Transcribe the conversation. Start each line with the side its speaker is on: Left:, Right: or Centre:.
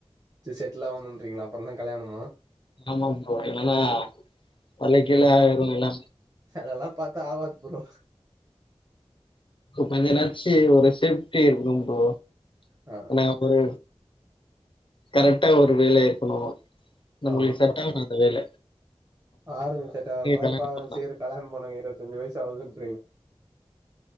Right: செட்டில் ஆகும்ன்றீங்களா அப்பறோ தா கல்யாணமா
Left: ஆமாப்ரோ இல்லனா <unintelligible> இல்ல
Right: செலவுலா பாத்தா ஆவாது ப்ரோ
Left: கொஞ்சனாச்சி ஒரு செஃப்டி இருக்குனு ப்ரோ
Right: ஆ
Left: <unintelligible> ஒரு கரெக்டா ஒரு வேல இருக்கணு நம்முள்ட
Right: ஆ
Left: செட்டாவுனு அந்த வேல
Right: பாருங்க செட்டவுறமாரி
Left: கல்யாணம்
Right: பாருங்க
Left: பண்ணலாம்.
Right: சீக்கிர கல்யாண பண்ணுங்க இருவத்தஞ்சி வய்சு ஆவுதுன்றிங்க